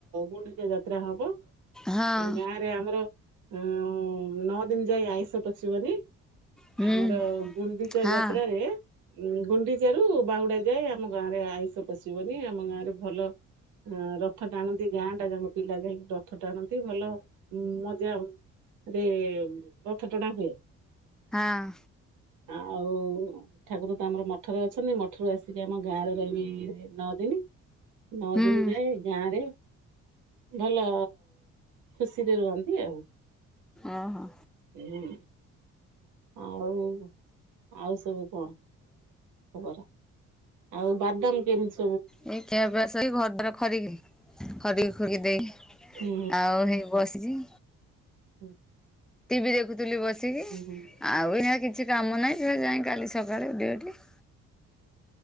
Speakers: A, on the right (about 80°); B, in the centre.
A: ଗୁଣ୍ଡିଚା ଯାତ୍ରା ହବ।
B: ହଁ
A: ଗାଁରେ ଆମର ଅ ନଅ ଦିନ ଯାଇ ଆଇଷ ପସିବନି।
B: ହୁଁ
A: ଆମର ଗୁଣ୍ଡିଚା
B: ହଁ
A: ଯାତ୍ରାରେ ଗୁଣ୍ଡିଚାରୁ ବାହୁଡା ଯାଏ, ଆମ ଗାଁ ରେ ଆଇୁଷ ପଶିବନି, ଆମ ଗାଁ ରେ ଭଲ ହ ରଥ ଟାଣନ୍ତି ଗାଁ ଟା ଯାଙ୍କ ପିଲା ଯାଇକି ରଥ ଟାଣନ୍ତି। ଭଲ ଉଁ ମଜା ରେ ରଥ ଟଣା ହୁଏ।
B: ହଁ!
A: ଆଉ! ଠାକୁର ତ ଆମର ମଠରେ ଅଛନ୍ତି। ମଠରୁ ଆସିକି ଆମ ଗାଁରେ ରହିବି, ନଅ ଦିନି। ନ
B: ହୁଁ
A: ଦିନ୍ ଯାଏଁ ଗାଁ, ରେ ଭଲ ଖୁସିରେ ରୁହନ୍ତି ଆଉ ।
B: ଓ ହୋ!
A: ହୁଁ! ଆଉ, ଆଉ ସବୁ କଣ? ଖବର, ଆଉ ବାଦାମ କେମିତ୍
B: ଏଇ ଖିଆପିଆ ସଇ ଘର ଦାର ଖରିକିବି। ଖରିକି ଖୁରିକି ଦେଇ,
A: ହୁଁ
B: ଆଉ ହେଇ ବସିଚି।
A: ହୁଁ!
B: ଟିଭି ଦେଖୁଥିଲି ବସିକି,
A: ହୁଁ ହୁଁ
B: ଆଉ ଏଇନା କି କିଛି କାମ ନାହିଁ ସେ ଯାଇ କାଲି ସକାଳେ ଡ଼ିଉଟି